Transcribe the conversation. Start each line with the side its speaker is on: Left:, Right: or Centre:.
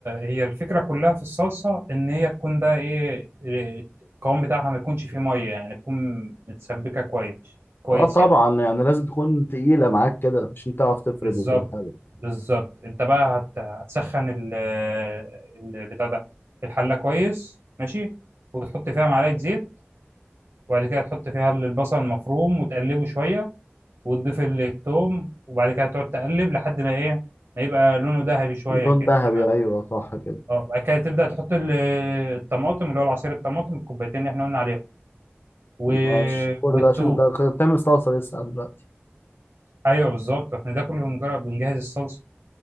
Right: هي الفكره كلها في الصلصه ان هي تكون بقى ايه إيه، القوام بتاعها ما يكونش فيه ميه يعني تكون متسبكه كويس كويس
Left: اه طبعا
Right: يعني
Left: يعني لازم تكون تقيلة معاك كده عشان تعرف تفرد
Right: بالظبط
Left: وتبقى حلو
Right: بالظبط انت بقى هت- هتسخن ال ال- بتاع ده الحله كويس ماشي وتحط فيها معلقه زيت وبعد كده تحط فيها البصل المفروم وتقلبه شويه وتضيف التوم وبعد كده تقعد تقلب لحد ما ايه ما يبقى لونه ذهبي شويه
Left: لون
Right: كده
Left: ذهبي
Right: تمام
Left: ايوه صح كده
Right: اه بعد كده تبدا تحط ال- الطماطم اللي هو العصير الطماطم الكوبايتين اللي احنا قلنا عليهم و...
Left: ماشي كل
Right: والتوم
Left: ده عشان ده غ- بتعمل صلصة لسه دلوقتي
Right: ايوه بالظبط احنا ده كله بنجرب بنجهز الصلصه